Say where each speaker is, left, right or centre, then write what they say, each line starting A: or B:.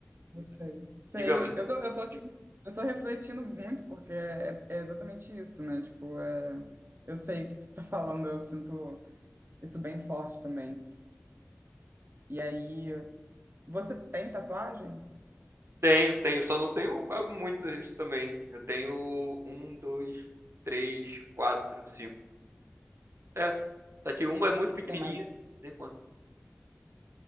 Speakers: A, on the right; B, on the right.
A: Eu sei, sei.
B: Digamos, Sei.
A: Eu tô, eu tô, tipo, eu tô refletindo muito, porque é, é exatamente isso, né? Tipo, é, eu sei o que que você tá falando, eu sinto isso bem forte também. E aí, você tem tatuagem?
B: tenho, tenho, só não tenho muitos também. Eu tenho um, dois, três, quatro, cinco É. Só que uma é muito pequenininha,
A: Tem mais,
B: nem conta.